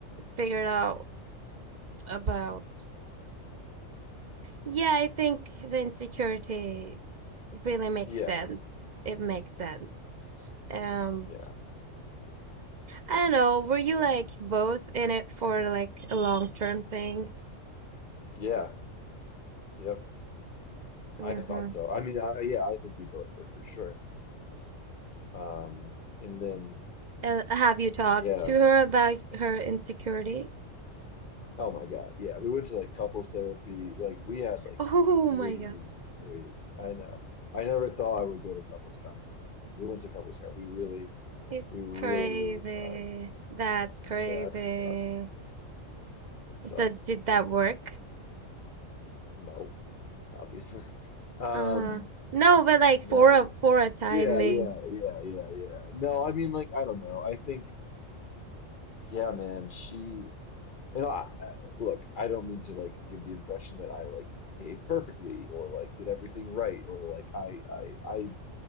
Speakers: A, on the right; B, on the left.
A: figured out about. Yeah, I think the insecurity really makes
B: Yeah,
A: sense. It makes sense. And
B: yeah,
A: I don't know, were you like both in it for like a long term thing?
B: yeah, yep.
A: Mm-hmm.
B: I thought so. I mean, I, yeah, I think we both were for sure. Um, and then,
A: Uh, have you talked
B: yeah,
A: to her about her insecurity? <laughs>
B: oh my God, yeah, we went to like couples therapy. Like we had like
A: Oh
B: crazy,
A: my God.
B: crazy. I know. I never thought I would go to couples counseling. We went to couples counseling. We really,
A: It's
B: we really,
A: crazy.
B: really tried.
A: That's crazy.
B: Yeah, it sucked. It sucked.
A: So did that work?
B: No, obviously. <laughs> Um,
A: Uh-huh. No, but like
B: No.
A: for a for a time
B: Yeah,
A: being.
B: yeah, yeah, yeah, yeah. No, I mean, like, I don't know. I think, yeah, man, she, you know, I, I- look, I don't mean to, like, give the impression that I, like, behaved perfectly or, like, did everything right or, like, I, I, I